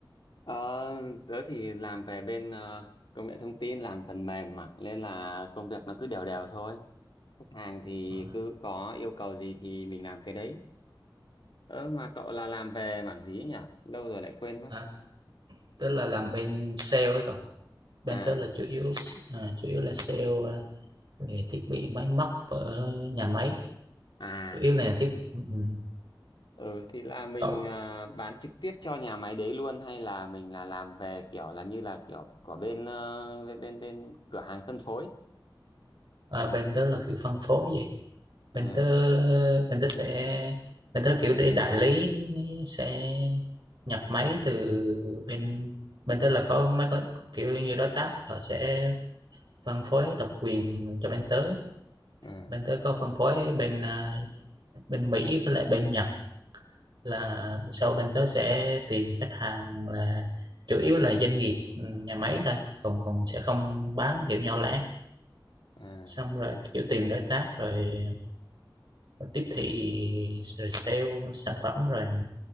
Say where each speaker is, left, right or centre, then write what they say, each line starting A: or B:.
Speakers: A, on the left; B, on the right.
A: Ờ, tớ thì làm về bên ờ, công nghệ thông tin, làm phần mềm mà, nên là công việc nó cứ đều đều thôi. Khách hàng thì
B: Ờ,
A: cứ có yêu cầu gì thì mình làm cái đấy. Ơ mà cậu là làm về mảng gì ấy nhỉ? Lâu rồi lại quên mất.
B: à, tức là làm bên sale ấy cậu. Bên
A: À,
B: tớ là chủ yếu s- à, chủ yếu là sale ờ, về thiết bị máy móc ở nhà máy,
A: à
B: chủ yếu là thiết ừ. ừ.
A: Ừ thì là mình
B: cậu
A: à, bán trực tiếp cho nhà máy đấy luôn hay là mình là làm về kiểu là như là kiểu của bên ờ, bên bên, bên cửa hàng phân phối.
B: À, bên tớ là kiểu phân phối vậy
A: À
B: bên tớ bên tớ sẽ bên tớ kiểu để đại lý sẽ nhập máy từ bên bên tớ là có mấy có kiểu như đối tác họ sẽ phân phối độc quyền cho bên tớ
A: à
B: bên tớ có phân phối bên à, bên Mỹ với lại bên Nhật là sau bên tớ sẽ tìm khách hàng là chủ yếu là doanh nghiệp ừ, nhà máy thôi còn còn sẽ không bán kiểu nhỏ lẻ
A: à
B: xong rồi kiểu tìm đối tác rồi rồi tiếp thị rồi sale sản phẩm rồi